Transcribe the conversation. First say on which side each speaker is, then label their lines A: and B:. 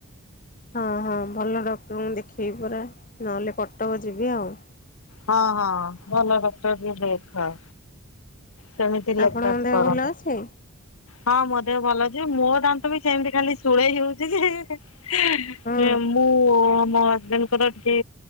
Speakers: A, on the left; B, on the left.
A: ହଁ ହଁ। ଭଲ ଡକ୍ଟରଙ୍କୁ ଦେଖେଇବି ପରା, ନହେଲେ କଟକ ଯିବି ଆଉ।
B: ହଁ ହଁ ଭଲ ଡକ୍ଟର ଯିଏ ଦେଖାଅ। ସେମିତି <unintelligible>
A: ଆପଣଙ୍କ ଦେହ
B: କରନେଇ।
A: ଭଲ ଅଛି?
B: ହଁ ମୋ ଦେହ ଭଲ ଅଛି। ମୋ ଦାନ୍ତ ବି ସେମତି ଖାଲି ଶୂଳେଇ ହେଉଛି ଯେ ହେ ହେ
A: ହଁ
B: ମୁଁ ମୋ ହଜବେଣ୍ଡଙ୍କର ଟିକେ